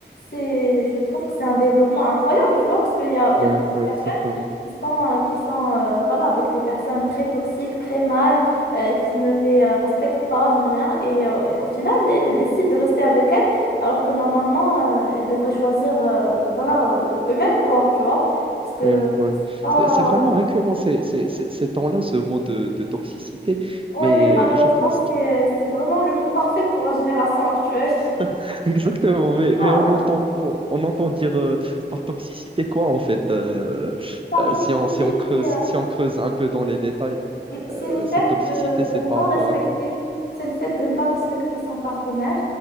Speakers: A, on the left (about 60°); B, on the right (about 30°).
A: c'est, je trouve que c'est un développement incroyable, tu vois, parce qu'il y a, il
B: ouais,
A: y a plusieurs
B: ouais,
A: personnes
B: exactement.
A: qui sont, euh, qui sont euh, voilà, avec des personnes très toxiques, très mal euh, qui ne les euh, respectent pas ni rien. Et euh, au final, ils décident de rester avec elle alors que normalement, euh, ils devraient choisir euh, voilà, euh, eux-mêmes, quoi, tu vois. Parce que,
B: Ouais, ouais.
A: oh,
B: C'est c'est vraiment récurrent ces, ces, ces- ces temps-là, ce mot de, de toxicité.
A: ouais,
B: Mais
A: mais malheureusement,
B: euh, je pense que-
A: c'est, c'est vraiment le mot parfait pour la génération actuelle. <laughs>
B: <laughs> exactement. Mais,
A: Oh,
B: mais
A: euh,
B: on entend, on entend dire euh, par toxicité quoi en fait euh,
A: par
B: euh,
A: toxicité,
B: si on, si on creuse, si on creuse un peu dans les détails,
A: C'est
B: euh,
A: le fait
B: cette toxicité,
A: de, de
B: c'est
A: ne
B: par
A: pas
B: rapport
A: respecter,
B: à quoi?
A: c'est le fait de ne pas respecter son partenaire